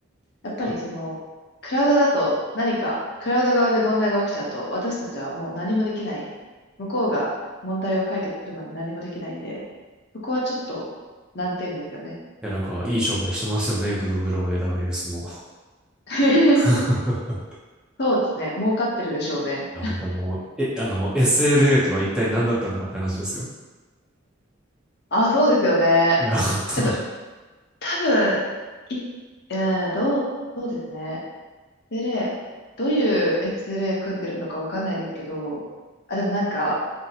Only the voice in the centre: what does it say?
あい
や、なんかいい商売してますよね。Google も AWS も。
<laughs>
いや、本当あの、え、あの、SLA とは一体何だったのかって話ですよ。
いや、本当。